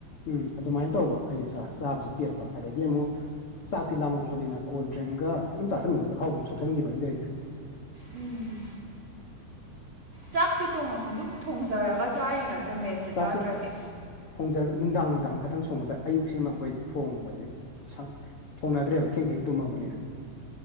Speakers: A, on the left; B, on the right.
A: ꯎꯝ ꯑꯗꯨꯃꯥꯏꯅ ꯇꯧꯕ ꯑꯩꯁꯦ ꯆꯥꯕꯁꯨ ꯄꯦꯠꯄ ꯑꯗꯒꯤ ꯑꯃꯨꯛ ꯆꯥꯛꯇꯤ ꯂꯥꯝꯃꯛꯄꯅꯤꯅ ꯀꯣꯜ ꯗ꯭ꯡꯒ ꯑꯗꯨꯝ ꯆꯥꯁꯟꯕꯗ ꯆꯥꯈꯥꯎ ꯁꯣꯛꯆꯟꯈꯤꯕ ꯑꯩꯅ ꯇꯧꯔꯤꯁꯦ
B: ꯎꯝ ꯆꯥꯛꯀꯤ ꯇꯣꯡꯉ ꯑꯗꯨꯝ ꯊꯣꯡꯖꯔꯒ ꯆꯥꯔꯤ ꯅꯠꯇ꯭ꯔꯣ ꯃꯦꯁꯁꯦ
A: ꯆꯥꯛꯁꯦ
B: ꯆꯥꯗ꯭ꯔꯗꯤ
A: ꯊꯣꯡꯖꯔꯒ ꯅꯨꯡꯗꯥꯡ ꯅꯨꯡꯗꯥꯡ ꯈꯇꯪ ꯊꯣꯡꯉꯆꯥꯏ ꯑꯌꯨꯛꯁꯤꯃ ꯑꯈꯣꯏ ꯊꯣꯡꯕꯖꯦ ꯁꯪ ꯊꯣꯡꯅꯗ꯭ꯔꯦꯕ ꯊꯦꯡ ꯊꯦꯡ ꯇꯨꯝꯃꯕꯅꯤꯅ